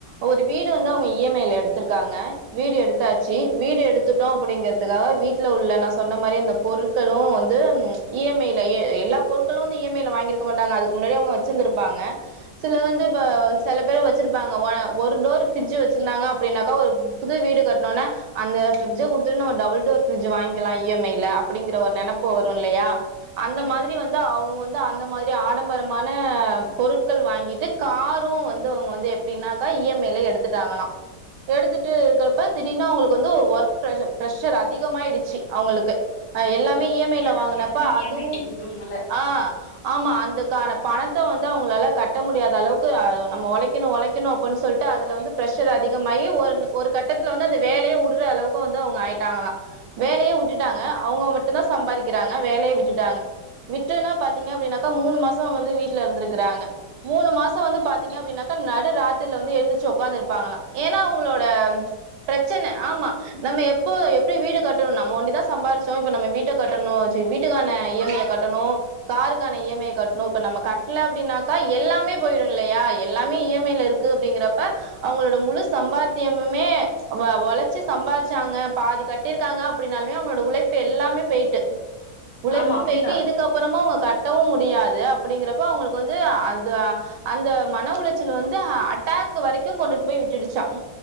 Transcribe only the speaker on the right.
ஒரு வீடு வந்து அவங்க இஎம் எடுத்திருக்காங்க வீடு எடுத்தாச்சு வீடு எடுத்துட்டோம் அப்படிங்கிறதுகாக வீட்டல உள்ள நா சொன்ன மாரி பொருட்களும் வந்து இ எம் ஐ லயே எல்லா பொருட்களும் வந்து இ ம் ஐ ல வாங்கியிருக்க மாட்டாங்க அதுக்கு முன்னாடி அவங்க வச்சிருந்திருப்பாங்க சில வந்து இப்ப செல பேர் வச்சிருப்பாங்க ஒரு டோர் ஃபரிட்ஜ் வச்சிருந்தாங்க அப்படின்னாக்கா ஒரு புது வீடு கட்டணோன்ன அந்த ஃபிரி்ட்ஜ குடுத்துட்டு நம்ம டபுள்டோர் ஃபிரிட்ஜ் வாங்கிக்கலாம் இஎம்ஐல அப்படிங்கிற ஒரு நெனைப்பு வரும் இல்லையா அந்த
மாதிரி வந்து அவங்க வந்து அந்த மாதிரி ஆடம்பரமான பொருட்கள் வாங்கிட்டு காரும் வந்து அவங்க வந்து எப்படின்னாக்கா இஎம்ஐல எடுத்துட்டாங்களாம் எடுத்துட்டு இருக்கிறப்ப திடீர்னு அவங்களுக்கு வந்து ஒர்க் பிரஷர் பிரஷர் அதிகமாயிடுச்சு அவங்களுக்கு எல்லாமே
இ எம் ஐ ல
வாங்கினப்பா
அதுவும்
ஆஹ் ஆமா அந்த காணப் பணத்த வந்து அவங்களால கட் கட்ட முடியாத அளவுக் நம்ம ஒழைக்கணும் ஒழைக்கணும் அப்புன்னு சொல்லிட்டு அதுல வந்து பிரஷர் அதிகமாயி ஒரு கட்டத்துல வந்து அந்த வேலயே உடு ன்றளவுக்கு வந்து அவங்க ஆயிட்டாங்களாம் வேலய வுட்டுட்டு அவங்க மட்டும் தான் சம்பாரிக் றாங்க வேலய விட்டுட்டாங்க விட்டனபாத்தீங்க அப்டினாக்க மூணு மாசம் வீட்ல இருந்திருக்காங்க மூணு மாசம் பாத்தீங்கனா அப்டினாக்க நடு ராத்திரில எந்திச்சி ஒக்காந்து இருப்பாங்களா ஏன்னா அவங்களோட பிரச்சன ஆமா நம்ம எப்போ எப்டி வீடு கட்டணும் ஒன்டி தா சம்பாரிச்சு ணும் வீட்ட கட்டணும் வீட்டுக்கான இஎம்ஐய கட்டணும் காருக்கான இஎம்ஐ கட்ணும் இப்ப நம்ம கட்ல அப்படின்னாக்கா எல்லாமே போயிடும் இல்லையா எல்லாமே இஎம்ஐல இருக்கு அப்படிங்கறப்ப அவங்களோட முழு சம்பாத்தியமுமே ஒழச்சு சம்பாதிச்சாங்க பாதி கட்டிருக்காங்க அப்படின்னாலுமே அவங்களோட உழை ப்பு எல்லாமே பேயிட்டு உழைப்பும்
பேயிட்டு இதுக்கு அப்புறமா உங்க கட்ட கட்டவும் முடியாது அப்படிங்கறப்ப அவங்களுக்கு வந்து அந்த அந்த மன உளச்சல் வந்து அட்டாக் வரைக்கும் கொண்டு போய் விட்டுடுச்சாம்